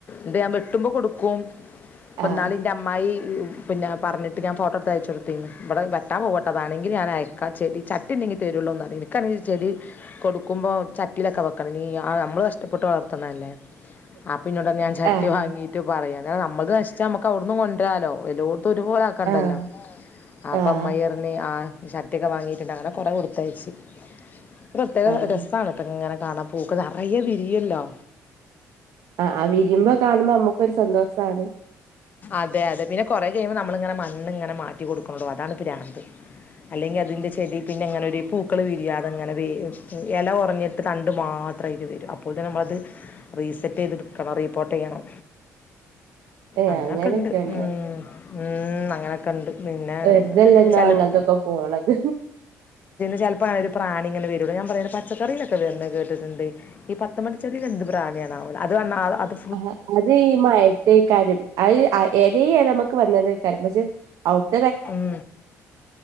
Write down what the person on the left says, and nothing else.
ഇത് ഞാൻ വെട്ടുമ്പോൾ കൊടുക്കും.
ഇന്നാള് എൻ്റെ അമ്മായി പിന്നെ പറഞ്ഞിട്ട് ഞാൻ ഫോട്ടോ എടുത്ത് അയച്ച് കൊടുത്തിന്. ഇവിടെ വെട്ടാൻ പോവാട്ടോ വണെങ്കിൽ ഞാൻ അയ എനിക്ക് ആ ചെടി ചട്ടി ഉണ്ടെങ്കി തരുള്ളൂന്നറിയുള്ളു എനിക്കാണെങ്കിൽ ആ ചെടി കൊടുക്കുമ്പോ ചട്ടിയിലൊക്കെ വെക്കണം നമ്മള് കഷ്ടപ്പെട്ട് വളർത്തണ അല്ലേ ആപം ഇന്നോട്ട് പറഞ്ഞി ഞാൻ
പറയാ നമ്മളെ നശിച്ച നമുക്ക് അവിടുന്ന് കൊണ്ടുവരാലോ എല്ലാടുത്തും ഒരുപോലെ കണ്ടല്ലോ
അപ്പം
അമ്മായി പറഞ്ഞ് ആഹ് ചട്ടിയൊക്കെ വാങ്ങിയിട്ടുണ്ട് അങ്ങനെ കുറേ കൊടുത്തയച്ചു ഇത് പ്രത്യേക
രസമാണ് ഇത് ഇങ്ങനെ കാണാൻ പൂക്കള് നറയെ വിരിയുമല്ലോ?
അതെ അതെ പിന്നെ കൊറെ കഴിയുമ്പോൾ നമ്മളിങ്ങനെ മണ്ണ് ഇങ്ങനെ മാറ്റി കൊടുക്കണോടോ. അതാണ് പ്രാന്ത്. അല്ലെങ്കിൽ അതിന്റെ ചെടി പിന്നെ അങ്ങനൊരു പൂക്കൾ വിരിയാതെങ്ങനെ വേ ഇല കുറഞ്ഞിട്ട് തണ്ട് മാത്രം ആയിട്ട് വരും. അപ്പോൾ തിന്ന് നമ്മളത് റീസെറ്റ് ചെയ്തെടുക്കണം റീപ്പോർട്ട് ചെയ്യണം
അങ്ങനൊക്കെണ്ട്
ഉം ഉം അങ്ങനെ. കണ്ട് പിന്നെ
ചിലപ്പോ
ചിലപ്പോ അങ്ങന ഒരു പ്രാണിങ്ങള് വരൂംഞാൻ പറയാണ് പച്ചക്കറിനൊക്കെ വരുന്ന കേട്ടിട്ടുണ്ട് ഈ പത്ത് മണി ചെടിയിൽ എന്ത് പ്രാണിയാണോ ആവോ അത് വന്ന ആത്
ഉം